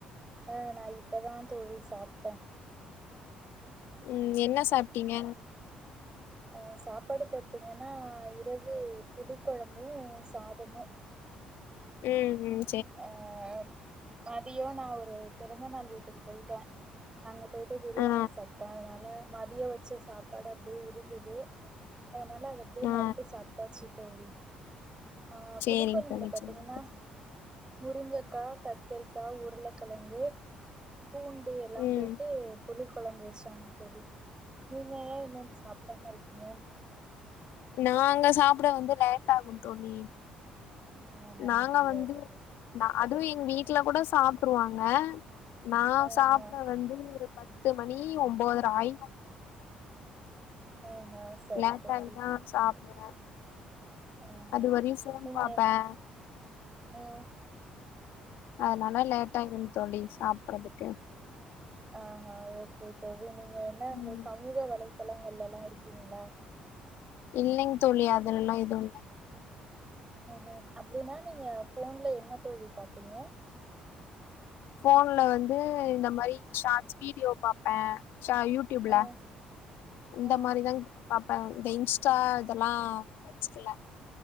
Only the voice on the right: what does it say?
ஆஹ் நான் இப்பதான் தோழி சாப்பிட்டே அப்ற
அஹ் சாப்பாடு பாத்தீங்கன்னா இரவு புளி குழம்பு சாதமு
அஹ் மதியோ நான் ஒரு பிறந்த நாள் வீட்டு ட்டுக்கு போயிட்டேன் அங்க போயிட்டு பிரியாணி
சாப்ட்டேன் அதனால மதிய வச்ச சாப்பாடு அப்படியே இருந்தது அதனால அத அப்டே
நைட்டு சாப்பிட்டாச்சு தோழி ஆஹ்
புளிக்கொழம்புல
பாத்தீங்கன்னா
முருங்கக்காய் கத்தரிக்காய் உருளைக்கிழங்கு பூண்டு எல்லாம்
போட்டு புளி குழம்பு வச்சாங்க தோழி நீங்க ஏன் இன்னும் சாப்டாம இருக்கீங்க
ஆஹா
அப்டியா
தோழி
ஆஹா
ஆஹா சரி
தோழி
ஆஹா
நீங்க
ம்
ஆஹ் ஹ ஓகே தோழி நீங்க என்ன அந்த
சமூக வலைதல நல்ல எல்லா இருக்கீங்களா
உ ஹும் அப்படின்னா நீங்க போன்ல என்ன தோழி பாப்பீங்க
ம்
ம்